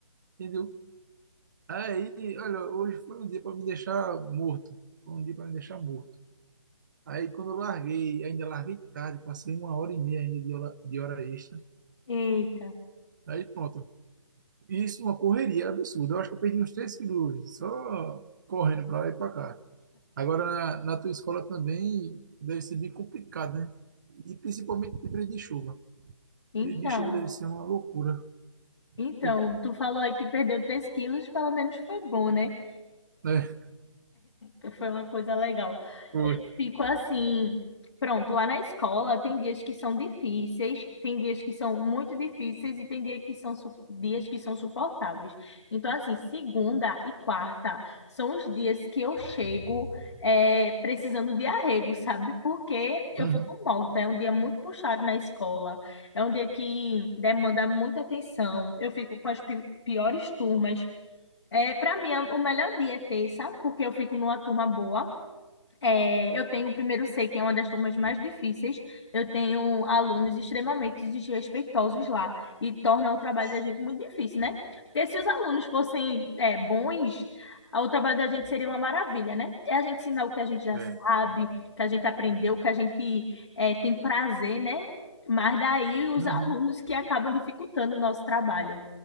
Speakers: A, on the right; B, on the left.
A: entendeu? Aí, olha, hoje foi um dia para me deixar morto, foi um dia para me deixar morto. Aí quando eu larguei, ainda larguei tarde, passei uma hora e meia ainda de hora, de hora extra.
B: Eita.
A: Aí pronto. Isso é uma correria absurda. Eu acho que eu perdi uns 3 quilos só correndo para lá e para cá. Agora, na, na tua escola também deve ser bem complicado, né? E principalmente de período de chuva.
B: Então,
A: Período de chuva deve ser uma loucura.
B: então,
A: Pô,
B: tu falou aí que perdeu 3 quilos, pelo menos foi bom, né?
A: né?
B: É, <laughs> foi uma coisa legal.
A: Foi.
B: Fico assim, pronto, lá na escola tem dias que são difíceis, tem dias que são muito difíceis e tem dia que são, su- dias que são suportáveis. Então, assim, segunda e quarta são os dias que eu chego é, precisando de arrego, sabe? Porque eu
A: Uhum.
B: fico morta, é um dia muito puxado na escola, é um dia que demanda muita atenção, eu fico com as pi- piores turmas. É, para mim, é- o melhor dia é terça, porque eu fico numa turma boa. É, eu tenho o primeiro C, que é uma das turmas mais difíceis. Eu tenho alunos extremamente desrespeitosos lá e torna o trabalho
A: Ixi.
B: da gente muito difícil, né? Porque se os alunos fossem, é, bons, a- o trabalho da gente seria uma maravilha, né? É a gente ensinar o que a gente já
A: É.
B: sabe, o que a gente aprendeu, o que a gente, é, tem prazer, né? Mas daí os
A: Uhum.
B: alunos que acabam dificultando o nosso trabalho.